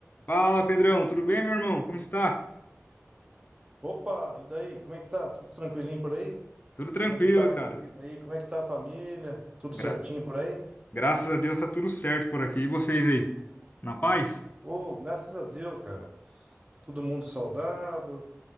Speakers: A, on the left; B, on the right.
A: Fala, Pedrão, tudo bem, meu irmão? Como está?
B: Opa, e daí? Como é que tá? Tudo tranquilinho por aí?
A: Tudo tranquilo,
B: Como é que tá
A: cara.
B: aí a vida aí? Como é que tá a família? Tudo
A: Gra-
B: certinho por aí?
A: Graças a Deus tá tudo certo por aqui. E vocês aí? Na paz?
B: Ô, graças a Deus, cara. Todo mundo saudável,